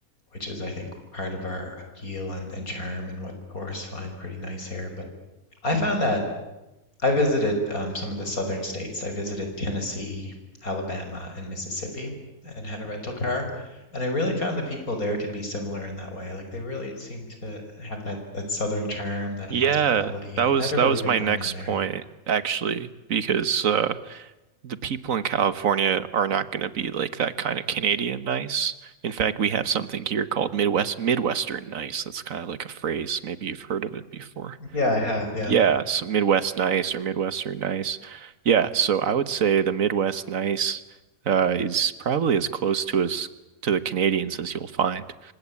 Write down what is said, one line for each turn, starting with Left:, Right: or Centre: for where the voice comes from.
Left: which is, I think, part of our appeal and, and charm and what tourists find pretty nice here. But I found that I visited um, some of the southern states. I visited Tennessee, Alabama, and Mississippi and had a rental car. And I really found the people there to be similar in that way. Like they really seem to have that that southern charm, that
Right: yeah,
Left: hospitality.
Right: that was
Left: I had a
Right: that
Left: really
Right: was
Left: good
Right: my
Left: time
Right: next
Left: down there.
Right: point actually, because uh the people in California are not going to be like that kind of Canadian nice. In fact, we have something here called Midwest Midwestern nice. That's kind of like a phrase. Maybe you've heard of it before.
Left: Yeah, I have. Yeah.
Right: Yeah, so Midwest nice or Midwestern nice. Yeah, so I would say the Midwest nice uh is probably as close to as to the Canadians as you'll find.